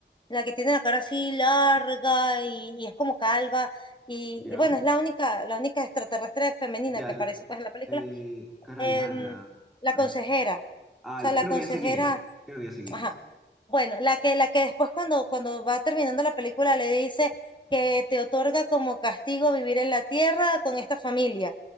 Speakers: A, on the left; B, in the centre.
A: la que tiene la cara así larga y, y es como calva. Y,
B: ya,
A: y bueno, es la única, la única extraterrestre femenina
B: ya,
A: que aparece
B: ya.
A: pues en la película.
B: Eh, cara
A: Em,
B: larga.
A: la
B: ah,
A: consejera. O
B: ah,
A: sea, la
B: creo
A: consejera,
B: que ya sé quién es. Creo que ya sé quién
A: ajá.
B: es.
A: Bueno, la que, la que después cuando, cuando va terminando la película le dice que te otorga como castigo vivir en la tierra con esta familia.